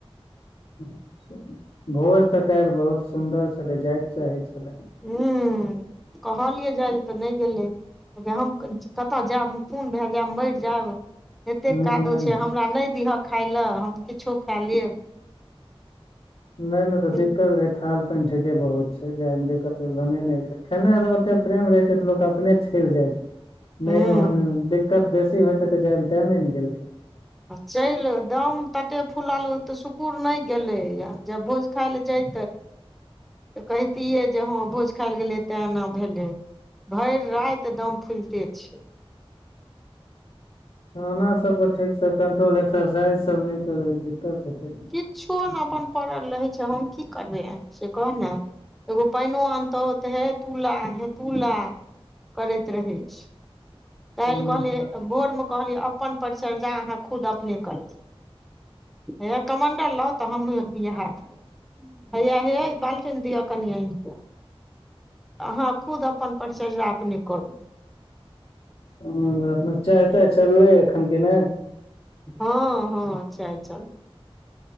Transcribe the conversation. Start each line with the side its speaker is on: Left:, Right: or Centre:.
Left: अच्छा भोज तऽ काल्हि बहुत सुन्दर छलै जाय के चाहै छलै।
Centre: हम्म कहलियै जाइ लए तऽ नहि गेलै। कि हम कतय जायब कोन भए जायब मरि जायब। एतेक
Left: हूँ
Centre: कादो
Left: नहि
Centre: छै हमरा नहि दिह खाय लए हम किछो खाए लेब।
Left: नहि नहि त
Centre: हूं
Left: दिक्कत रहे थाल पान ठेके बहुत छै जाय मे दिक्कत भने नहि रहे। खेने से ओते प्रेम रहते त लोक अपने चलि जायत
Centre: हूं
Left: ने ओहन दिक्कत बेसी होते तऽ जामे त ने गेलकै
Centre: चलि दाम तते फुलाल ओ तऽ सुकुुर नहि गेलैए जब भोज खाय लए ज
Left: <inaudible>
Centre: तऽ कहितियै जे हँ भोज खायएल गेलै ते एना भेलै। भरि राति दम फुलिते छैय
Left: खाना सभ पर ठीकसँ कंट्रोल एक्सरसाइज सभ नहि करबै दिक्कत हेतै ने।
Centre: किछो ने अपन पड़ल रहै छै हम कि करबै से कह ने एगो पानिओ आनतहु तऽ हे तूला हे तूला करैत रहै छी। ताहि
Left: कोनो
Centre: लऽ कहलियै
Left: बात
Centre: भोरमे कहलियै अपन परिचर्या अहाँ खुद अपने करबै। हेय कमण्डल लाउ तऽ हमहूँ बि हाथ लऽ हैया हेया बालटन दिआ कनियान के त अहाँ खुद अपन परिचर्या अपने करू।
Left: ह त चाय ताय चललै एखन कि नहि?
Centre: हा हा चाय चललय।